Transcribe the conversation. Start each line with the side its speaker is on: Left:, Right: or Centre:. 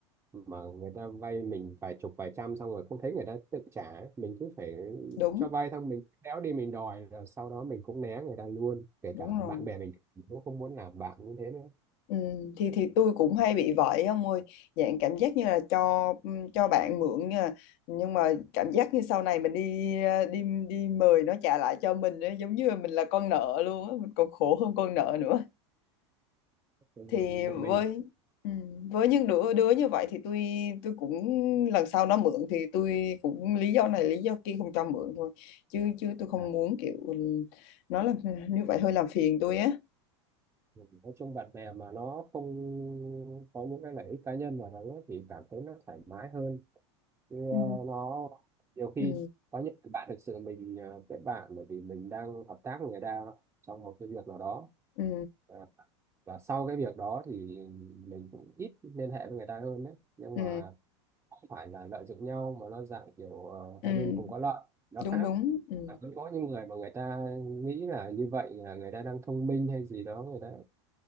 Right: mà người ta vay mình vài chục vài trăm xong rồi không thấy người ta tự trả ấy. mình cứ phải
Left: đúng
Right: cho vay xong mình đéo đi mình đòi rồi sau đó mình cũng né người ta luôn kể
Left: đúng
Right: cả
Left: rồi
Right: bạn bè mình mình cũng không muốn làm bạn như thế nữa
Left: Ừ, thì thì tôi cũng hay bị vậy ông ơi dạng cảm giác như là cho ừ, cho bạn mượn nhưng mà, nhưng mà cảm giác như sau này mình đi à, đi đi mời nó trả lại cho mình ấy, giống như là mình là con nợ luôn á mình còn khổ hơn con nợ nữa
Right: Ừ,
Left: thì
Right: một mình
Left: với ừ, với những đứa đứa như vậy thì tôi tôi cũng lần sau nó mượn thì tôi cũng lý do này lý do kia không cho mượn thôi chứ chứ tôi không
Right: à,
Left: muốn kiểu nó là như vậy hơi làm phiền tôi á
Right: Ừ, nói chung bạn bè mà nó không có những cái lợi ích cá nhân vào đó thì cảm thấy nó thoải mái hơn Chứ, ờ,
Left: ừ,
Right: nó nhiều khi
Left: ừ,
Right: có những cái bạn thực sự mình ờ, kết bạn bởi vì mình đang hợp tác với người ta trong một cái việc nào đó
Left: ừ,
Right: và, và sau cái việc đó thì mình cũng ít liên hệ với người ta hơn đấy nhưng
Left: ừ.
Right: mà không phải là lợi dụng nhau mà nó dạng kiểu ờ,
Left: ừ,
Right: hai bên cùng có lợi nó khác
Left: đúng đúng ừ,
Right: Và cũng có những người mà người ta nghĩ là như vậy là người ta đang thông minh hay gì đó người ta